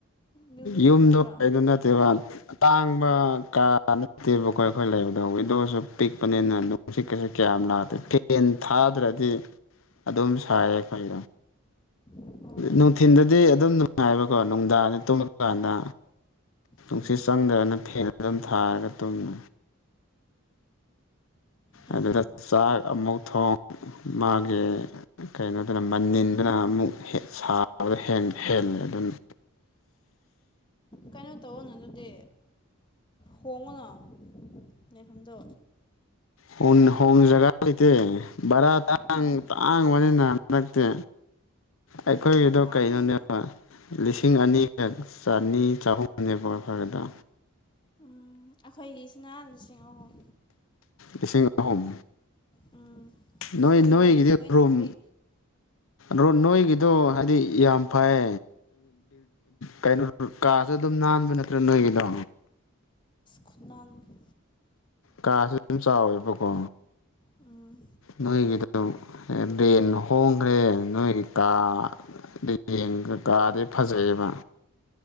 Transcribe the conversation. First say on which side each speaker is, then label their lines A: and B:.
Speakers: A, on the left (about 20°); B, on the left (about 70°).
A: ꯕꯤꯜꯗꯤꯡ
B: ꯌꯨꯝꯗꯣ
A: ꯅꯠꯇꯕ꯭ꯔꯣ
B: ꯀꯩꯗ ꯅꯠꯇꯦꯕ ꯇꯥꯡꯕ ꯀꯥ ꯅꯠꯇꯦꯕꯀꯣ ꯑꯩꯈꯣꯏ ꯂꯩꯕꯗꯣ ꯋꯤꯗꯣꯁꯨ ꯄꯤꯛꯄꯅꯦꯅ ꯑꯗꯨ ꯁꯤꯛꯀꯁꯤ ꯀꯌꯥꯝ ꯅꯥꯗ꯭ꯔꯦ ꯐꯦꯟ ꯊꯥꯗ꯭ꯔꯗꯤ ꯑꯗꯨꯝ ꯁꯥꯏꯌꯦ ꯑꯩꯈꯣꯏ
A: ꯑꯣ
B: ꯅꯨꯡꯊꯤꯟꯗꯗꯤ ꯑꯗꯨꯝ ꯅꯨꯡꯉꯥꯏꯕꯀꯣ ꯅꯨꯡꯗꯥꯡ ꯇꯨꯝꯂꯀꯥꯟꯗ ꯅꯨꯡꯁꯤꯠ
A: ꯎꯝ
B: ꯆꯪꯗ꯭ꯔꯕꯅ ꯐꯦꯟ ꯑꯗꯨꯝ ꯊꯥꯔꯒ ꯇꯨꯝꯃꯤ
A: ꯐꯩꯌꯦꯅꯦ
B: ꯑꯗꯨꯗ ꯆꯥꯛ ꯑꯃꯨꯛ ꯊꯣꯡ ꯃꯥꯒꯤ ꯀꯩꯅꯣꯗꯅ ꯃꯅꯤꯟꯗꯅ ꯑꯃꯨꯛ ꯁꯥꯕꯗ ꯍꯦꯜꯂꯦ ꯑꯗꯨꯅ
A: ꯀꯩꯅꯣ ꯇꯧꯋꯣꯅ ꯑꯗꯨꯗꯤ ꯍꯣꯡꯉꯨꯅ ꯂꯩꯐꯝꯗꯣ
B: ꯍꯣꯡ ꯍꯣꯡ ꯖꯥꯒ ꯂꯩꯇꯦ ꯕꯥꯔꯥ ꯇꯥꯡ
A: ꯎꯝ
B: ꯇꯥꯡ ꯇꯥꯡꯕꯅꯤꯅ ꯍꯟꯗꯛꯇꯤ ꯑꯩꯈꯣꯏꯒꯤꯗꯣ
A: ꯇꯥꯡꯉꯦꯕ
B: ꯀꯩꯅꯣꯅꯦꯕ ꯂꯤꯁꯤꯡ ꯑꯅꯤꯒ ꯆꯅꯤ ꯆꯍꯨꯝꯅꯦꯕ ꯕꯔꯗ
A: ꯎꯝ ꯑꯩꯈꯣꯏꯒꯤꯁꯤꯅ ꯂꯤꯁꯤꯡ ꯑꯍꯨꯝ
B: ꯂꯤꯁꯤꯡ ꯑꯍꯨꯝ
A: ꯎꯝ ꯏꯁꯤꯡ
B: ꯅꯣꯏ ꯅꯣꯏꯒꯤꯗꯤ
A: ꯃꯩ ꯂꯣꯏꯅ
B: ꯔꯨꯝ
A: ꯐ꯭ꯔꯤ
B: ꯑꯣ ꯅꯣꯏꯒꯤꯗꯣ ꯍꯥꯏꯗꯤ ꯌꯥꯝ ꯐꯩ ꯀꯩꯅꯣ ꯀꯥꯁꯨ ꯑꯗꯨꯝ ꯅꯥꯟꯕ ꯅꯠꯇ꯭ꯔꯥ ꯅꯣꯏꯒꯤꯗꯣ
A: ꯈꯨꯅꯥꯟꯗꯤ
B: ꯀꯥꯥꯁꯨ ꯑꯗꯨꯝ ꯆꯥꯎꯋꯦꯕꯀꯣ
A: ꯎꯝ
B: ꯅꯣꯏꯒꯤꯗꯨ ꯔꯦꯟ ꯍꯣꯡꯈ꯭ꯔꯦ ꯅꯣꯏꯒꯤ ꯇ ꯑꯗ ꯌꯦꯡꯒ ꯀꯥꯗꯤ ꯐꯖꯩꯌꯦꯕ